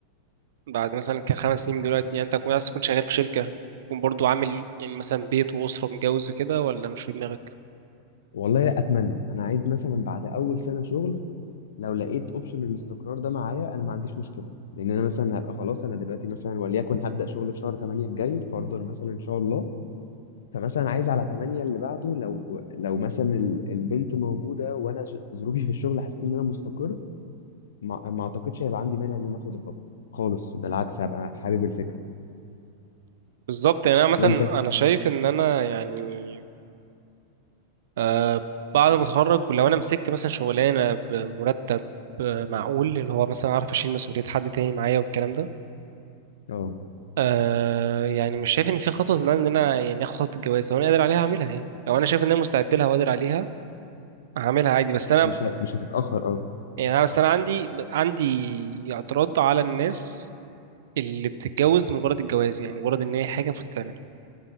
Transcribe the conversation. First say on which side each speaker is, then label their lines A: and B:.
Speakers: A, on the right; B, on the left.
A: بعد مثلا كخمس سنين من دلوقتي يعني انت تكون عايز تكون شغال في شركة تكون برضو عامل يعني مثلا بيت وأسرة متجوز وكده ولا مش في دماغك
B: والله اتمنى انا عايز مثلا بعد اول سنه شغل لو لقيت اوبشن الاستقرار ده معايا انا ما عنديش مشكله لان انا مثلا هبقى خلاص انا دلوقتي مثلا وليكن هبدا شغل في شهر 8 الجاي فرضا مثلا ان شاء الله فمثلا عايز على 8 اللي بعده لو لو مثلا ال- البنت موجوده وانا ج- ظروفي في الشغل حسيت ان انا مستقر ما, ما اعتقدش هيبقى عندي مانع ان انا اخد الخطوه خالص بالعكس هبقى حابب الفكره
A: بالظبط يعني انا عامة
B: وانت
A: انا شايف ان انا يعني آه بعد ما اتخرج ولو انا مسكت مثلا شغلانة بمرتب آه، معقول اللي هو مثلا اعرف اشيل مسؤولية حد تاني معايا والكلام ده
B: اه
A: آه يعني مش شايف ان في خطوة ان انا إن أنا يعني اخد خطوة الجواز لو انا قادر عليها هعملها يعني لو انا شايف ان انا مستعد لها وقادر عليها هعملها عادي بس انا
B: مش ه- مش هتتاخر اه
A: يعني أنا- بس انا عندي عندي اعتراض على الناس اللي بتتجوز لمجرد الجواز يعني مجرد ان هي حاجه المفروض تتعمل